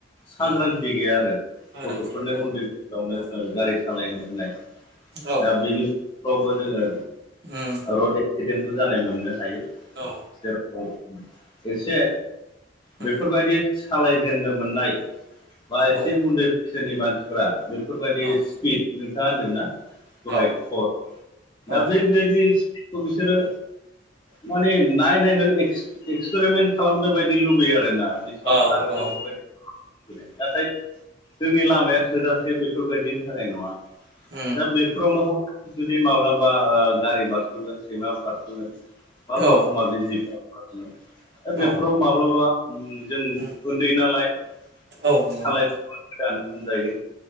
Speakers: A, on the left; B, on the right.
A: सांग्रांथि
B: उम
A: गैया आरो
B: सांग्रांथि
A: गथ'फोरनो
B: गैया
A: उन्दै बैसोआवनो
B: औ
A: जोङो गारि सालायनो होनाय
B: औ
A: दा बेनिफ्रावबो जोङो
B: उम
A: रड एक्सिडेन्टबो जानाय मोननो हायो
B: औ
A: जेराव एसे
B: उम
A: बेफोरबायदि सालायजेननो मोननाय बा एसे
B: औ
A: उन्दै बैसोनि मानसिफोरा बे फोरबायदि
B: औ
A: स्पिड नोंथाङा होनदोंना दहाय
B: औ
A: खद दा
B: औ
A: बेबायदि खौ बिसोरो माने नायनायनो एक्सपेरिमेन्ट खालामनो बायदि लुबैयो आरोना बिसिबां
B: औ
A: खारो
B: औ
A: बेफोरबायदि नाथाय जोंनि लामाया थोजासे बेफोरबायदिनि थाखाय नङा
B: उम
A: दा बेफोरावनो हथाथ जुदि माब्लाबा गारि बारस'गोन सैमा बार स'गोन मा
B: औ
A: माबा माबि जिब जुनाद दा बेफोराव
B: औ
A: माब्लाबा ओम जों
B: उम
A: उन्दै नालाय
B: औ नंगौ
A: सालायनो
B: नोंथां
A: गोदान बुंजायो